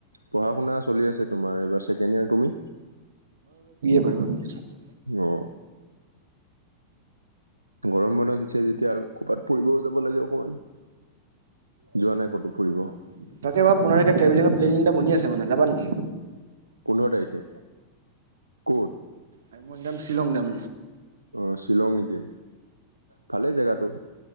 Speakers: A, on the right; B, on the right.
A: পঢ়া শুনা চলি আছে তোমাৰ এইবাৰ ছেকেণ্ড ইয়াৰ। তুমি?
B: হয়াক <unintelligible>
A: অ। গৰম বন্ধ দিছে যেতিয়া আৰু ক'ৰবাত ফুৰিবও যাব লাগে অকমান। যোৱা নাই
B: <unintelligible>
A: ক'তো ফুৰিব
B: তাকে প এ বনি আছে মানে যাবা নেকি?
A: পোন্ধৰ তাৰিখে ক'ত?
B: আমি মই যাম শ্বিলং যাম।
A: আহ শ্বিলং নেকি? ভালেই জেগাটো।